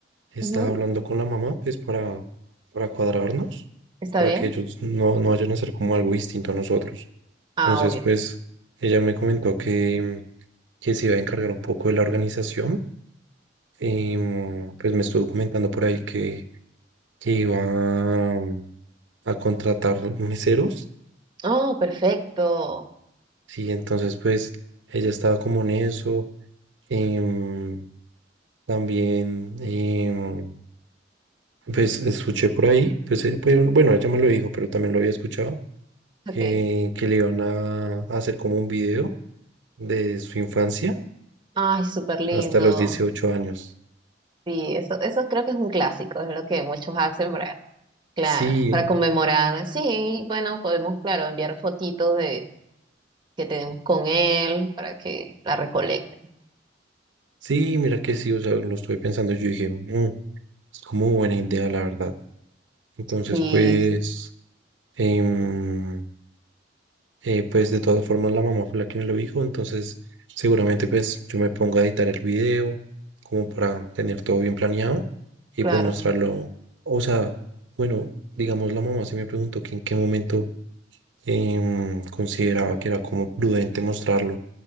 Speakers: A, on the right (about 75°); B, on the right (about 25°).
A: Estaba
B: Ujú,
A: hablando con la mamá, pues para, para cuadrarnos,
B: ¿Está
A: pues, para
B: bien?
A: que ellos no, no vayan a hacer como algo distinto a nosotros.
B: Ah,
A: Entonces,
B: obvio.
A: pues ella me comentó que, que se iba a encargar un poco de la organización. Y mm, pues me estuvo comentando por ahí que, que iba a, a contratar meseros
B: Oh, perfecto.
A: Sí, entonces pues ella estaba como en eso. em, también, em, pues escuché por ahí, pues, eh, bueno, bueno, ella me lo dijo, pero también lo había escuchado, que,
B: Ok.
A: que le iban a a hacer como un video de su infancia
B: Ay, súper lindo.
A: hasta los 18 años.
B: Sí, eso, eso creo que es un clásico, es lo que muchos hacen para, claro,
A: Sí,
B: para conmemorar. Sí, bueno, podemos, claro, enviar fotitos de que tenemos con él para que la recolecten.
A: sí, mira que sí, o sea, lo estuve pensando, yo dije, "Mm, es como buena idea, la verdad. Entonces,
B: Sí,
A: pues,
B: sí,
A: em, Eh, pues de todas formas la mamá fue la que me lo dijo, entonces seguramente pues yo me pongo a editar el video como para tener todo bien planeado y
B: claro.
A: pues mostrarlo. O sea, bueno, digamos la mamá sí me preguntó que en qué momento em, consideraba que era como prudente mostrarlo.